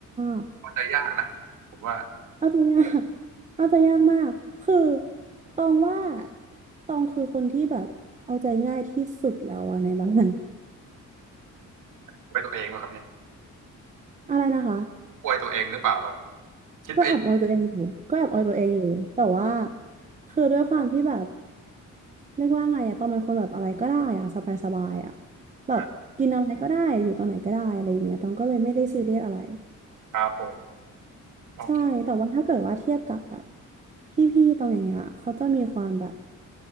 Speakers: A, on the right; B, on the right.
A: ก
B: เข้าใจยากนะผมว่า
A: เอาใจะยาก <laughs> เอาใจะยากมาก คือตองว่าตองคือคนที่แบบเอาใจง่ายที่สุดแล้วอะในบ้าน
B: อวยตัวเองวะครับเนี่ย
A: <laughs> อะไรนะคะ
B: อวยตัวเองหรือเปล่าครับคิดไปเอง
A: ก็แอบออยตัวเองอยู่ก็แอบออยตัวเองอยู่แต่ว่าคือด้วยความที่แบบเรียกว่าไงอะตองเป็นคนแบบอะไรก็ได้อะสบายสบายอะแบบกินอะไรก็ได้อยู่ตรงไหนก็ได้อะไรอย่างเงี้ยตองก็เลยไม่ได้ซีเรียสอะไร
B: นะครับผมโอเค
A: ใช่แต่ว่าถ้าเกิดว่าเทียบกับแบบพี่ๆตองอย่างเงี้ยเขาจะมีความแบบ